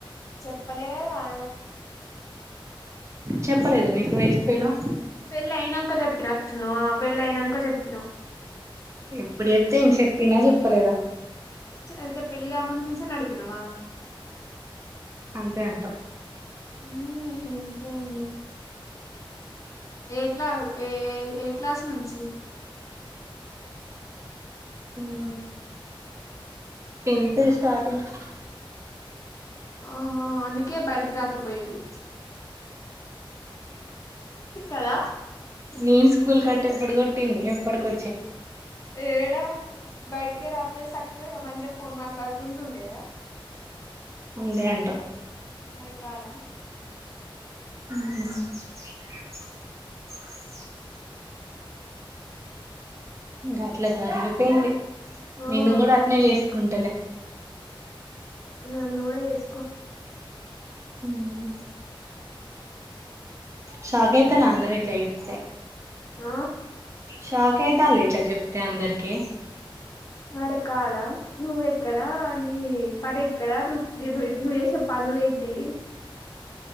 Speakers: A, on the left; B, on the right.
A: చెప్పలే కదా ఆ
B: చెప్పలేదా నీకు వేస్ట్ ఫెల్లో
A: పెళ్ళి అయినంక చెప్పినట్టున్నవ్ ఆ పెళ్ళి అయినంక చెప్పినవ్
B: ఎప్పుడు చెప్తే ఏంది చెప్పిన్నా చెప్పలేదా
A: అయితే పెళ్లి కాక ముందు నుంచే నడిపినవా
B: అంతే అంటా
A: మ్ ఇంకేం లే ఏ క్లా ఏ ఏ ఏ క్లాస్ నుంచి
B: ఉమ్ టెన్త్ స్టార్టింగ్
A: ఆహా అందుకే బడికి రాక పోయేది కదా
B: నేను స్కూల్ కట్టేప్పుడు కొట్టింది ఎప్పటికొ
A: ఎడా బడికే రాపోవు సక్కగా మంచిగ ఫోన్ మట్లా ఉంటుండేదా
B: అంతే అంట
A: మరి కాదా
B: మ్ గట్ల జరిగిపోయింది
A: ఆ
B: నిన్ను కూడా
A: గట్లా
B: అట్నే చేసుకుంటలే
A: నన్ను కూడా చేస్కో
B: ఊమ్ షాక్ అయితల్లు అందరిట్లచెప్తే
A: ఆ
B: షాక్ అయితాల్ల ఇట్లా చెప్తే అందరికి
A: మరి కాదా నువ్వెక్కడ నీ పని ఎక్కడ నువ్వు వు నువ్వ చేసే పనులేంటి